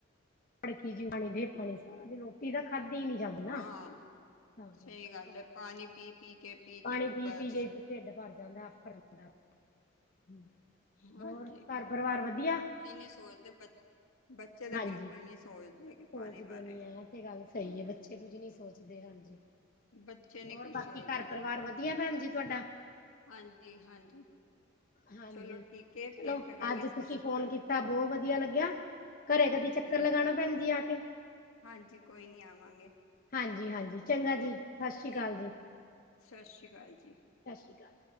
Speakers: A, on the left; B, on the left.
A: ਭੜਕੀ ਜਿਹੀ ਪਾਣੀ ਦੇ ਪਾਣੀ ਸਾਰਾ ਰੋਟੀ ਤਾਂ ਖਾਧੀ ਨਹੀਂ ਜਾਂਦੀ। ਨਾ
B: ਹਾਂ
A: ਤਾਂ ਕਰਕੇ
B: ਸਹੀ ਗੱਲ ਏ ਪਾਣੀ ਪੀ ਪੀ ਕੇ ਪੀ
A: ਪਾਣੀ
B: ਕੇ ਬਸ
A: ਪੀ ਕੇ ਢਿੱਡ ਭਰ ਜਾਂਦਾ ਆਫਰ ਜਾਂਦਾ।
B: ਹਾਂਜੀ
A: ਹੋਰ ਘਰ ਪਰਿਵਾਰ ਵਧੀਆ।
B: ਇਹ ਨਹੀਂ ਸੋਚਦੇ ਬ ਬੱਚੇ ਤੇ
A: ਹਾਂਜੀ
B: ਬਿਲਕੁਲ ਨੀ ਸੋਚਦੇ ਹੈਗੇ। ਪਾਣੀ
A: ਸੋਚਦੇ
B: ਬਾਰੇ
A: ਨੀ ਹੈ ਐ ਤੇ ਗੱਲ ਸਹੀ ਹੈ ਬੱਚੇ ਕੁੱਝ ਨੀ ਸੋਚਦੇ ਹਾਂਜੀ
B: ਬੱਚੇ ਨਹੀਂ
A: ਹੋਰ
B: ਕੁਝ
A: ਬਾਕੀ
B: ਸੋਚਦੇ
A: ਘਰ ਪਰਿਵਾਰ ਵਧੀਆ ਭੈਣ ਜੀ ਤੁਹਾਡਾ?
B: ਹਾਂਜੀ ਹਾਂਜੀ
A: ਹਾਂਜੀ
B: ਚਲੋ ਠੀਕ ਹੈ
A: ਚਲੋ
B: ਫਿਰ ਕਰਾਂਗੇ
A: ਅੱਜ
B: ਸਤਿ
A: ਤੁਸੀਂ
B: ਸ਼੍ਰੀ
A: ਫੋਨ
B: ਅਕਾਲ
A: ਕੀਤਾ ਬਹੁਤ ਵਧੀਆ ਲੱਗਿਆ। ਘਰੇ ਕਦੀ
B: ਹਾਂਜੀ
A: ਚੱਕਰ
B: ਹਾਂਜੀ
A: ਲਗਾਣਾ ਭੈਣ ਜੀ ਆ ਕੇ।
B: ਹਾਂਜੀ ਕੋਈ ਨਹੀਂ ਆਵਾਂਗੇ।
A: ਹਾਂਜੀ ਹਾਂਜੀ ਚੰਗਾ ਜੀ ਸਤਿ ਸ੍ਰੀ
B: ਠੀਕ
A: ਅਕਾਲ ਜੀ।
B: ਸਤਿ ਸ਼੍ਰੀ ਅਕਾਲ ਜੀ।
A: ਸਤਿ ਸ਼੍ਰੀ ਅਕਾਲ